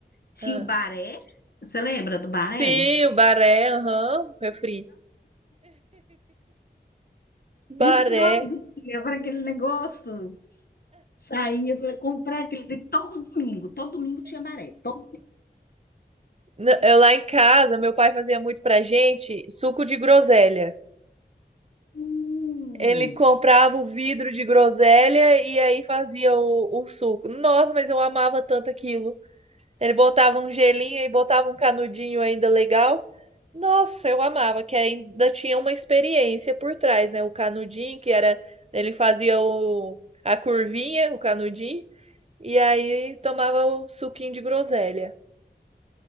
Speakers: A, on the left; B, on the right.
A: Tinha
B: Ah.
A: o Baré? Você lembra do Baré?
B: Sim, o baré, aham, refri. Baré.
A: Gente, eu ia para aquele negócio. Saía para comprar aquele. de- Todo domingo, todo domingo tinha Baré. Todo...
B: N- eu Lá em casa, meu pai fazia muito pra gente suco de groselha.
A: Hum,
B: Ele comprava o vidro de groselha e aí fazia o, o suco. Nossa, mas eu amava tanto aquilo. Ele botava um gelinho e botava um canudinho ainda legal. Nossa, eu amava, que ainda tinha uma experiência por trás, né? O canudinho, que era. Ele fazia o, a curvinha, o canudinho, e aí tomava o suquinho de groselha.